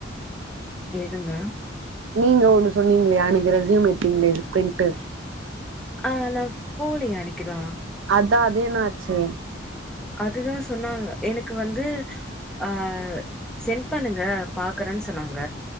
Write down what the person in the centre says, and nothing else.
எதுங்க
ஆ நா போலயே அன்னைக்குதா
அதுதா சொன்னாங்க எனக்கு வந்து ஆ சென்ட் பண்ணுங்க பாக்கறன் சொன்னாங்க